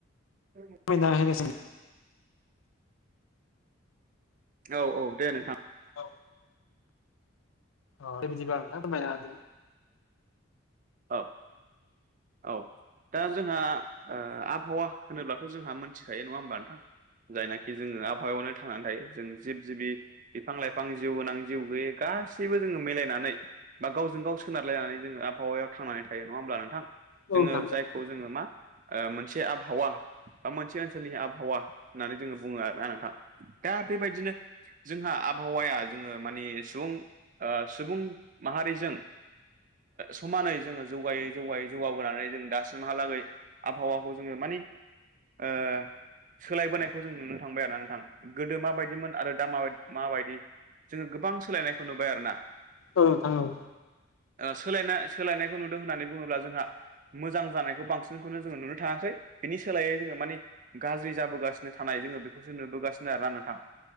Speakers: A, on the right; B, on the left.
A: आंबो।
B: <inaudible>
A: औ औ दे नोंथां।
B: औ औ दे बिदिब्ला नोंथां।
A: औ औ दा जोंहा ओ आबहावा होनोब्लाथ' जोंहा मोनथिखायो नङा होमबा नोंथां? जायनाखि जोङो आबहावायावनो थांनानै थायो जों जिब जिबि बिफां लाइफां जिउ गोनां जिउ गैयै गासैबो जोङो मिलायनानै बा गावजों गाव सोनारलायनानै जोङो आबहावायाव थांनानै थायो नङा होमब्ला नोंथां जोतक्षथेऊऔङो
B: औ नोंथां
A: जाय खौ जोङो मा आ मोनसे आबहावा बा मोनसे ओनसोलनि आबहावा होननानै जोङो बुङो आरो नोंथां दा बेबायदिनो जोंहा आबहावाया जोङो मानिे सुबुं आ सुबुं माहारिजों समानै जोङो जौगायै जौगायै जौगाबोनानै जों दासिमहालागै आबहावाखौ जोङो मानि ओ सोलायबोनायखौ जों नुनो थांबाय आरो नोंथां गोदो माबायदिमोन आरो दा मा माबायदि जोङो गोबां सोलायनायखौ नुबाय आरो ना
B: औ नोंथां औ
A: सोलायनाय सोलायनायखौ नुदों होननानै बुङोब्ला जोंहा मोजां जानायखौ बांसिनखौनो जोङो नुनो थाङाखै बिनि सोलायै जोङो माने गाज्रि जाबोगासिनो थानाय जोङो बे नुबोगासिनो आरो नोंथां